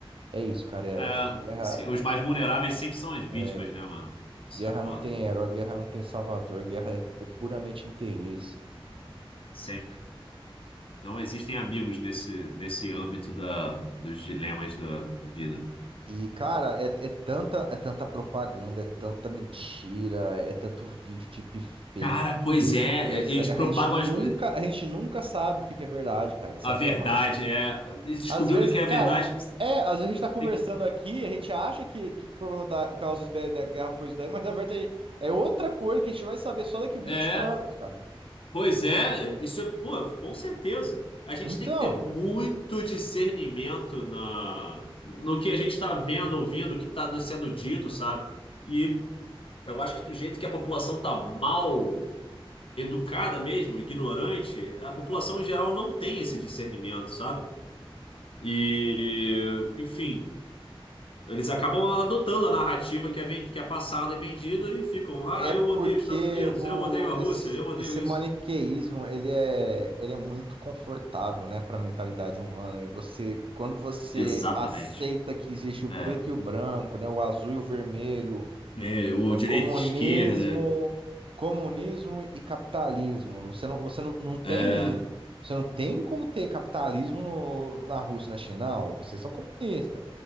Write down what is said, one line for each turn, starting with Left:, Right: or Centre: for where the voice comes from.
Right: É isso, cara. É-
Left: É,
Right: é guerra,
Left: isso que- os mais vulneráveis sempre são as vítimas,
Right: é,
Left: né, mano? Isso
Right: guerra
Left: é foda.
Right: não tem herói, guerra não tem salvador, guerra é, é puramente interesse.
Left: Sempre. Não existem amigos nesse, nesse âmbito da, dos dilemas da vida.
Right: E, cara, é, é tanta, é tanta propaganda, é tanta mentira, é é tanto vídeo deepfake.
Left: Cara, pois
Right: Desde
Left: é,
Right: o começo
Left: é,
Right: dessa
Left: eles
Right: guerra,
Left: propagam
Right: a gente nunca,
Left: as, co-
Right: a gente nunca sabe o que que é verdade, cara, dessa
Left: a
Right: guerra.
Left: verdade, é. E Descobriu
Right: Às vezes,
Left: o que que é a
Right: cara,
Left: verdade.
Right: é, às vezes a gente tá conversando
Left: tem
Right: aqui, a gente acha que, que o problema da causa dos B- da guerra foi isso daí, mas na verdade é outra coisa que a gente vai saber só daqui vinte
Left: é,
Right: anos, cara.
Left: pois é, isso é, pô, com certeza. A gente
Right: Então,
Left: tem que ter muito discernimento na, no que a gente tá vendo, ouvindo, o que tá nos sendo dito, sabe? E Eu acho que do jeito que a população tá mal educada mesmo, ignorante, a população em geral não tem esse discernimento, sabe? E, enfim, eles acabam adotando a narrativa que é, ven- que é passada e vendida e ficam, ah,
Right: é
Left: eu
Right: porque
Left: odeio os Estados Unidos,
Right: o,
Left: eu odeio a
Right: esse,
Left: Rússia, eu odeio
Right: esse
Left: isso.
Right: maniqueísmo, ele é, ele é muito confortável, né, pra mentalidade humana. E você, quando você
Left: Exatamente.
Right: aceita que existe o
Left: É.
Right: preto e o branco, né, o azul e o vermelho,
Left: É, o
Right: É o
Left: direita
Right: comunismo,
Left: e esquerda.
Right: comunismo e capitalismo. Você não, você não, não tem,
Left: É,
Right: você não tem como ter capitalismo no- na Rússia, e na China, não. Vocês são comunistas.